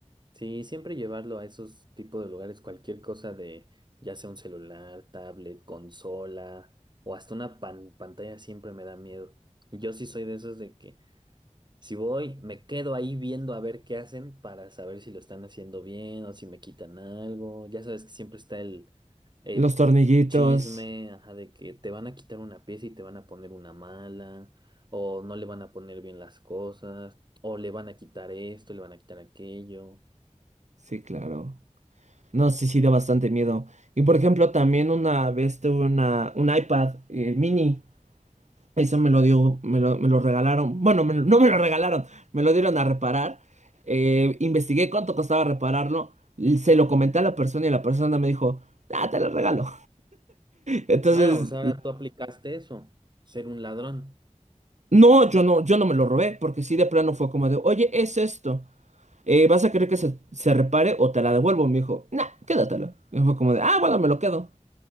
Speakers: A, on the right (about 35°); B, on the right (about 65°).
A: Sí, siempre llevarlo a esos tipos de lugares, cualquier cosa de, ya sea un celular, tablet, consola o hasta una pan- pantalla siempre me da miedo. Y Yo sí soy de esos de que Si voy, me quedo ahí viendo a ver qué hacen para saber si lo están haciendo bien o si me quitan algo. Ya sabes que siempre está el, el
B: Los tornillitos,
A: chisme, ajá, de que te van a quitar una pieza y te van a poner una mala, o no le van a poner bien las cosas, o le van a quitar esto, le van a quitar aquello.
B: sí, claro. No, sí, sí da bastante miedo. Y por ejemplo, también una vez tuve una, un iPad eh, mini. Eso me lo dio, me lo, me lo regalaron. Bueno, me lo- no me lo regalaron, me lo dieron a reparar. Eh, investigué cuánto costaba repararlo. Se lo comenté a la persona y la persona me dijo, ah, te lo regalo. <laughs> Entonces,
A: Ah, o sea, ahora tú aplicaste eso, ser un ladrón.
B: no, yo no, yo no me lo robé, porque sí de plano fue como de, oye, es esto. Eh, ¿vas a querer que se, se repare o te la devuelvo? Me dijo, nah, quédatelo. Y fue como de, ah, bueno, me lo quedo.